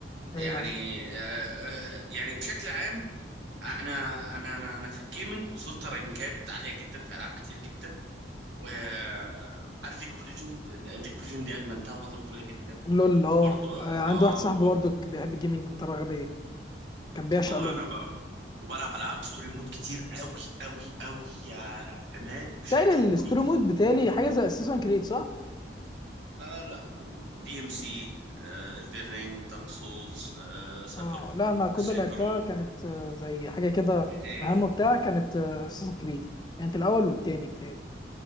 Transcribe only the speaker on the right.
يعني
أه آه، يعني بشكل عام أنا أنا أنا أنا في الجيمنج وصلت رانكات عالية جدا في ألعاب كتير جدا وعارف ليج اوف ليجند ليج اوف ليجند دي ادمنتها فتره طويله جدا
برضه
اه
والله
انا بقى وبلعب العاب ستوري مود كتير قوي قوي قوي يا عماد بشكل
مخيف
آه لا دي ام سي الدرنينج دارك سولز آه سايبر
بونك
سيكرو
جي تي
اي